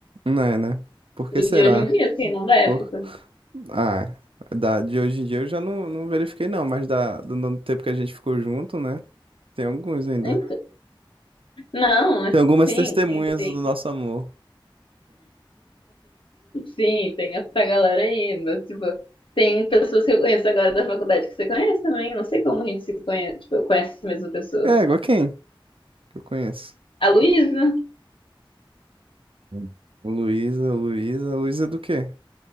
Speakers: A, on the right; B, on the left.
A: Não é, né? Por que
B: O
A: será?
B: de hoje em dia, assim, não da época.
A: Pô. Ah, da, de hoje em dia eu já não, não verifiquei não, mas da, do, do tempo que a gente ficou junto, né? Tem alguns ainda.
B: Então, não, mas
A: Tem algumas
B: sim,
A: testemunhas
B: sim, tem.
A: do nosso amor.
B: Sim, tem essa galera aí, mas, tipo, tem pessoas que eu conheço agora da faculdade que você conhece também. Não sei como a gente se conhece, tipo, eu conheço essa mesma pessoa.
A: É, igual quem que eu conheço?
B: A Luísa,
A: Hum. Luísa, Luísa, Luísa é do quê?